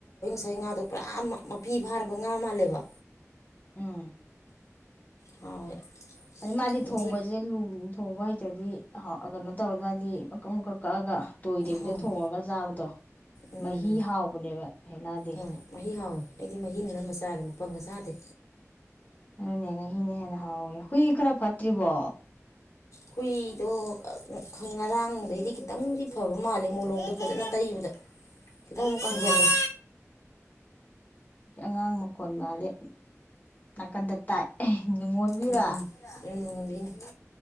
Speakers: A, on the left; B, on the left.
A: ꯉꯩ ꯉꯥꯗꯣ ꯄꯨꯔꯥ ꯃꯥꯄꯤ ꯐꯥꯔꯕ ꯉꯥ ꯃꯥꯜꯂꯦꯕ
B: ꯎꯝ
A: ꯍꯥꯎꯋꯦ
B: ꯑꯩ ꯃꯥꯗꯤ
A: ꯅꯤꯡꯊꯤ
B: ꯊꯣꯡꯕꯁꯦ ꯂꯨ ꯊꯣꯡꯕ ꯍꯩꯇ ꯇ꯭ꯔꯗꯤ ꯍ ꯀꯩꯅꯣ ꯇꯧ ꯃꯥꯗꯤ ꯑꯃꯨꯛꯀ ꯀꯛꯑꯒ ꯇꯣꯏꯗꯕꯤꯗ
A: ꯍꯣꯏ
B: ꯊꯣꯡꯉꯒ ꯆꯥꯕꯗꯣ
A: ꯎꯝ
B: ꯃꯍꯤ ꯍꯥꯎꯕꯅꯦꯕ ꯍꯩꯂꯥꯗꯤ
A: ꯍꯣꯏ ꯃꯍꯤ ꯍꯥꯎꯋꯤ ꯑꯩꯗꯤ ꯃꯍꯤ ꯅ ꯑꯅꯝꯕ ꯆꯥꯔꯦ ꯃꯄꯪꯒ ꯆꯥꯗꯦ
B: ꯑꯗꯨꯅꯦ ꯃꯍꯤꯅ ꯍꯦꯟꯅ ꯍꯥꯎꯦ ꯍꯨꯏ ꯈꯔ ꯐꯠꯇ꯭ꯔꯤꯕꯣ
A: ꯍꯨꯏꯗꯣ ꯉꯔꯥꯡꯗꯒꯩꯗꯤ ꯈꯤꯇꯪꯗꯤ ꯐꯕ ꯃꯥꯜꯂꯦ ꯃꯣꯂꯣꯝꯗꯣ ꯐꯖꯅ ꯇꯩꯕꯗ ꯈꯤꯇꯪ ꯑꯃꯨꯛ ꯀꯪꯁꯜꯂꯦ
B: ꯎꯝ ꯑꯉꯥꯡ ꯃꯈꯣꯟ ꯃꯥꯜꯂꯦ ꯅꯥꯀꯟꯗ ꯇꯥꯏ ꯅꯨꯡꯉꯣꯟꯕꯤꯔꯥ
A: ꯎꯝ ꯎꯝ ꯅꯣꯡꯉꯥꯟꯕꯤꯅꯤ